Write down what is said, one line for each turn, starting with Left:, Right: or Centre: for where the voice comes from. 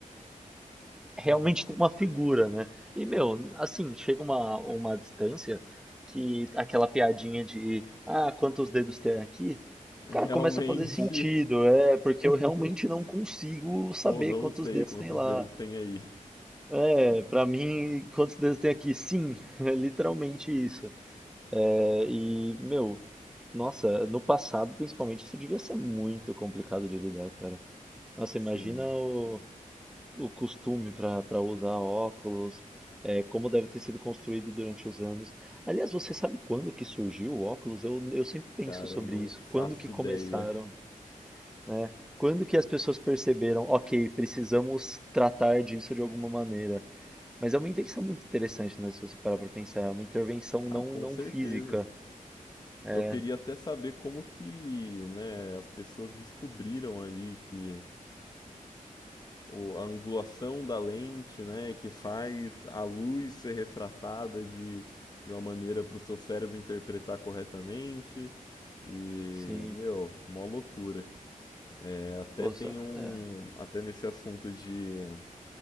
Centre: realmente tem uma figura, né? E, meu, assim, chega uma, uma distância que aquela piadinha de, ah, quantos dedos tem aqui?
Left: <laughs>
Centre: Cara,
Left: Realmente,
Centre: começa a fazer sentido, é, porque eu realmente não consigo saber
Left: pô, não
Centre: quantos
Left: sei
Centre: dedos
Left: quantos
Centre: tem lá.
Left: dedos tem aí.
Centre: É, para mim, quantos dedos tem aqui? Sim, <laughs> é literalmente isso. É, e, meu, nossa, no passado, principalmente, isso devia ser muito complicado de lidar, cara. Nossa,
Left: Sim,
Centre: imagina o, o costume para usar óculos, é, como deve ter sido construído durante os anos. Aliás, você sabe quando que surgiu o óculos? Eu, eu sempre penso
Left: cara,
Centre: sobre
Left: eu não
Centre: isso.
Left: faço
Centre: Quando que começaram,
Left: ideia.
Centre: né? Quando que as pessoas perceberam, ok, precisamos tratar disso de alguma maneira. Mas é uma invenção muito interessante, né? Se você parar para pensar, é uma intervenção
Left: Ah,
Centre: não,
Left: com
Centre: não
Left: certeza.
Centre: física. É,
Left: Eu queria até saber como que, né, as pessoas descobriram ali que o- a angulação da lente, né, que faz a luz ser refratada de, de uma maneira para o seu cérebro interpretar corretamente. E,
Centre: sim.
Left: meu, mó loucura. É, até
Centre: Poxa,
Left: tem um,
Centre: é.
Left: até nesse assunto de